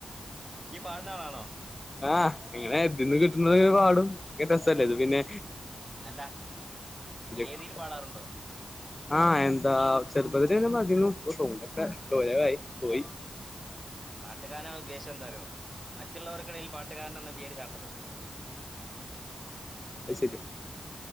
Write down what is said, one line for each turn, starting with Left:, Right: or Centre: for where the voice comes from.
Right: ഈ പാടുന്ന ആളാണോ
Left: ആഹ് ഇങ്ങനെ ഇതിന്ന് കിട്ടുന്ന ഒരു പാടും രസല്ലേ ഇത് പിന്നെ
Right: അല്ല വേദിയിൽ
Left: <inaudible>
Right: പാടാറുണ്ടോ?
Left: ആഹ് എന്താ ചെറുപ്പത്തിൽ തന്നെ <unintelligible> സൗണ്ടൊക്കെ കൊറേയായി പോയി <inaudible>
Right: പാട്ടുകാരനാണ് ഉദ്ദേശം എന്താന്ന് അറിയുവോ മറ്റുള്ളവർക്കിടയിൽ പാട്ടുകാരൻ എന്ന പേര് ചാർത്തപ്പെട്ടിട്ടുണ്ടോ
Left: അത് ശെരി